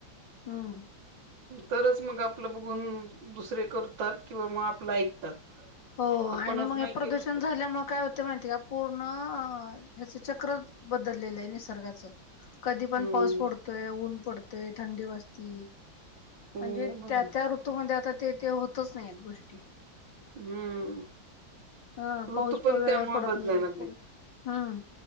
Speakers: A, on the left; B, on the right.
A: हम्,
B: तरच मग आपलं बघून दुसरे, करतात किंवा मग आपलं ऐकतात
A: हो, आणि
B: आपणच
A: मग हे
B: नाही
A: प्रदूषण
B: केलं तर
A: झाल्यामुळे काय होतंय माहिती का पूर्ण, ह्याच चक्र बदलेलं ये, निसर्गाच कधी पण
B: हम्म
A: पाऊस पडतोय ऊन पडत थंडी वाजती
B: हो
A: म्हणजे
B: बरोबर
A: त्या त्या ऋतूमध्ये आता ते, ते होतच नाही ये गोष्टी,
B: हम्म
A: ह पाऊस
B: ऋतू पण
A: वेळेवर
B: त्यामुळे
A: पडत
B: बदलायला
A: नाही
B: लागलेत.
A: परत हम्म